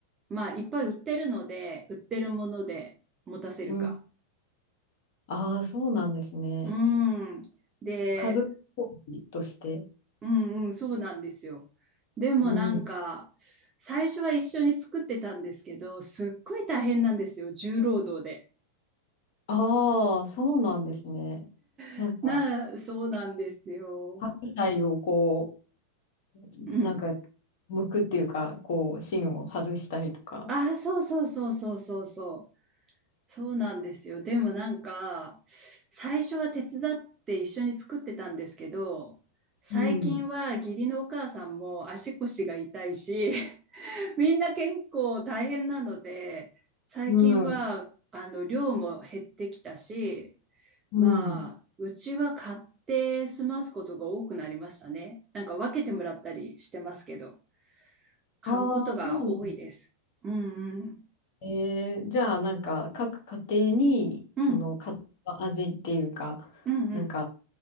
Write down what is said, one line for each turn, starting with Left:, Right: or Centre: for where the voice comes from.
Right: まあいっぱい売ってるので、売ってるもので持たせるか。
Left: うん。ああ、そうなんですね。
Right: うん。で、
Left: 家族料理として。
Right: うんうん、そうなんですよ。でもなんか、
Left: うん。
Right: 最初は一緒に作ってたんですけど、すっごい大変なんですよ、重労働
Left: ああ、そうなんですね。なんか、
Right: <laughs> な、そうなんですよ。
Left: 白菜をこう、
Right: うん。
Left: なんか、剥くっていうか、こう、芯を外したりとか。
Right: あ、そうそうそうそうそうそう。そうなんですよ。でもなんか、最初は手伝って一緒に作ってたんですけど、最近は義理のお母さんも足腰が痛いし、
Left: うん。
Right: <laughs> みんな健康大変なので、最近は、
Left: うん。
Right: あの、量も減ってきたし、
Left: うん。
Right: まあ、うちは買って済ますことが多くなりましたね。なんか分けてもらったりしてますけど。買うことが多いです。
Left: ああ、そうなんですね。
Right: うんうん。
Left: えーじゃあ、なんか、各家庭に、
Right: うん。
Left: その、家庭の味っていうか、
Right: うんうん。
Left: なんか、